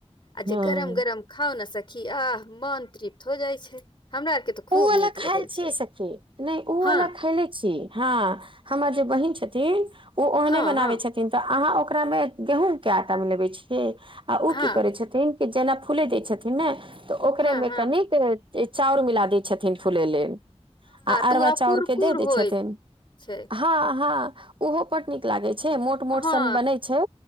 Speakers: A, on the left; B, on the right.
A: आ जे
B: हँ
A: गरम - गरम खाउ नऽ सखी आह! मन तृप्त हो जाय छै। हमरा आर के तऽ खूब
B: ओ वाला
A: नीक
B: खायल
A: लगै
B: छियै
A: छै
B: सखी। नहि ओ
A: हँ
B: वा खायले छी हँ हमर जे बहिन छथिन ओ ओहने
A: हँ
B: बनाबै
A: हँ
B: छथिन। थिन तऽ अहाँ ओकरा गेहूँ के आटा मिलबे छिए आ
A: हँ
B: उ कि करै छथिन जेना फूले दय छथिन ने तऽ ओकरा
A: हँ
B: मे
A: हँ
B: कनिक चाउर मिला दे छथिन फुले लेल। आ
A: तू
B: अरवा
A: आब
B: चाउर
A: कुरकुर
B: के दे दय
A: होइत
B: छथिन
A: छै
B: आ हँ - हँ ओहो बड नीक लागे छै मो मोट
A: हँ
B: सन बनै छै